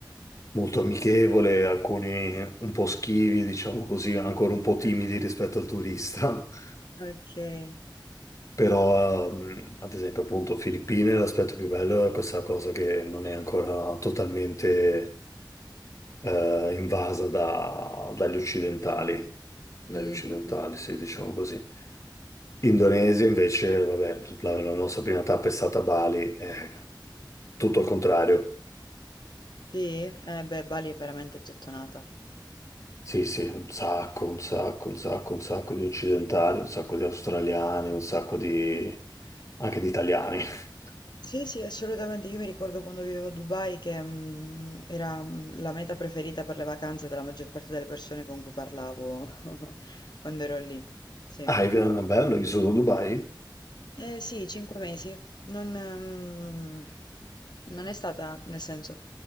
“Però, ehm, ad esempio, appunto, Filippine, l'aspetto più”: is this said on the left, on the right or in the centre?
Left